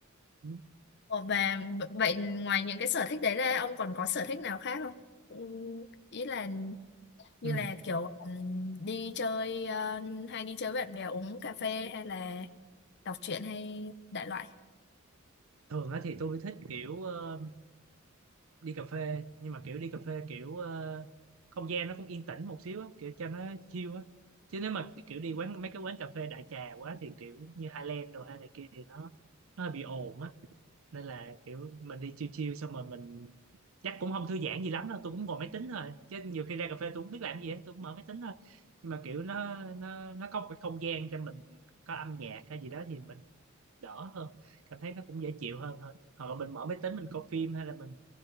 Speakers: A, on the right; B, on the left.
A: ừ.
B: Ồ, và b- vậy ngoài những cái sở thích đấy ra ông còn có sở thích nào khác không? Ừ, Ý là như
A: Ừ.
B: là kiểu ừm, đi chơi ờ, hay đi chơi với bạn bè uống cà phê hay là đọc truyện hay đại loại.
A: thường á thì tôi thích kiểu ờ, đi cà phê nhưng mà kiểu đi cà phê kiểu ờ, không gian nó cũng yên tĩnh một xíu á, kiểu cho nó chill á chứ nếu mà kiểu đi quán mấy cái quán cà phê đại trà quá thì kiểu như Highland đồ hay này kia thì nó nó hơi bị ồn á nên là kiểu mình đi chill chill xong rồi mình chắc cũng không thư giãn gì lắm đâu tôi cũng ngồi máy tính thôi chứ nhiều khi ra cà phê tôi cũng biết làm gì hết tôi cũng mở máy tính thôi nhưng mà kiểu nó nó nó có một cái không gian cho mình có âm nhạc hay gì đó thì mình đỡ hơn cảm thấy nó cũng dễ chịu hơn thôi hoặc là mình mở máy tính mình coi phim hay là mình